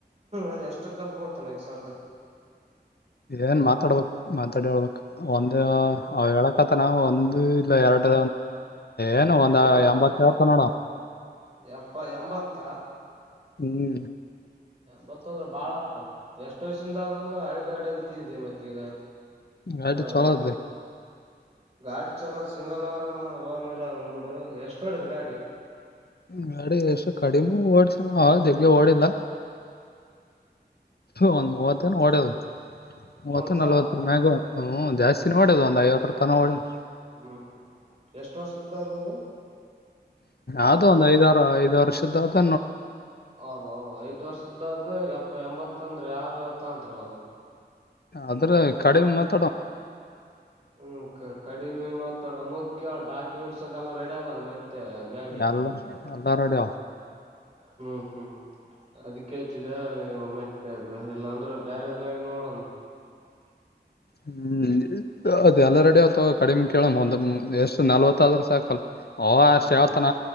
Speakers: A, on the right; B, on the left.
A: ಅದ್ ಎಷ್ಟಕ್ಕಂತ ಬಿಡ್ತಾನ ಈಗ ಸದ್ದು
B: ನ್ ಮಾತಾಡ್ಬೇಕು ಮಾತಾಡಹಳ್ಬೇಕು ಒಂದ
A: ಹ್ಮ್
B: ಅವ್ ಹೇಳಕತನ ಒಂದ್ ಅ ಇಲ್ಲ ಎರಡು ಏನು ಒಂದ್
A: ಅಲ್ಲ
B: ಎಂಬತ್ ಹೇಳ್ತಾನ ನೋಡ
A: ಎಪ್ಪ ಎಂಬತ್ತ
B: ಹ್ಮ್
A: ಗೊತ್ತದ್ರೆ ಬಾಳದ ಎಷ್ಟ್ ವಯಸಿಂದ ಅಂದ್ರೆ ಅಳ ಗಾಡೆ ಅಂತ ಇದೆ ಮತ್ತೆ ಈಗ
B: ಆಯ್ತು
A: ಹ
B: ಚಲೋ ಆದ್ರೆ
A: ಗಾಡಿ ಚಲೋ ಸಿಂಗಲ್ ಓರ್ ಓನರ್ ಅಂದ್ಬಿಡು ಎಷ್ಟು ಹೊಡದ ಗಾಡಿ
B: ಗಾಡಿ ಎಷ್ಟು ಕಡಿಮೆ ಓಡ್ಸಣ ಜಗ್ಗೆ ಓಡಿಲ್ಲ ಒಂದ್ ಮೂವತ್ತನ ಹೊಡದು
A: ಮೂವತ್
B: ಮೂವತ್ತ
A: ಸಾವಿರ
B: ನಲ್ವತ್ತರ ಮ್ಯಾಗ ಹ್ಮ ಜಾಸ್ತಿ ಹೊಡೋದು ಒಂದು ಐವತ್ತು ತಾನಾ ಹೋಡೋದ
A: ಹ್ಮ್ ಹ್ಮ್ ಎಷ್ಟು ವರ್ಷದ್ದ ಅದದು
B: ಅದು ಒಂದ್ ಐದಾರು ವರ್ಷದ್ದ ಅದ
A: ಹ ಐದು ವರ್ಷದಾದ ಎಂಬತ್ತೊಂದ್ರ ಯಾರ್ ತಕೊಂತಾರೆ ಇವಾಗ
B: ಅದ್ರ ಕಡಿಮೆ ಮತ್ತ
A: ಹ್ಮ್ ಕಡಿಮೆ ಮತ್ ಮುಖ್ಯ ಡಾಕ್ಯುಮೆಂಟ್ಸ್ ಅದೆಲ್ಲ ರೆಡಿ ಅದಲ್ಲ ಮತ್ತೆ ಗಾಡಿ
B: ಎಲ್ಲ ಎಲ್ಲಾ ರೆಡಿ
A: ಹ್ಮ್ ಹ್ಮ್ ಅದಕ್ಕೆ ಹೆಚ್ಚಿದೆ ಮತ್ತೆ ಇಲ್ಲಾಂದ್ರ ಬ್ಯಾರಾರ ಗಾಡಿ ನೋಡಮ್ಮ <inaudible>
B: ಹ್ಮ್ ಅದ ಎಲ್ಲ ರೆಡಿ ಆತ ಕಡಿಮೆ ಕೇಳ ಒಂದ್ ಎಷ್ಟು ನಲ್ವತ್ತಾದ್ರ ಸಾಕಲ್ ಓಹ ಅಷ್ಟ
A: ಏನ
B: ಯಾವತಾನ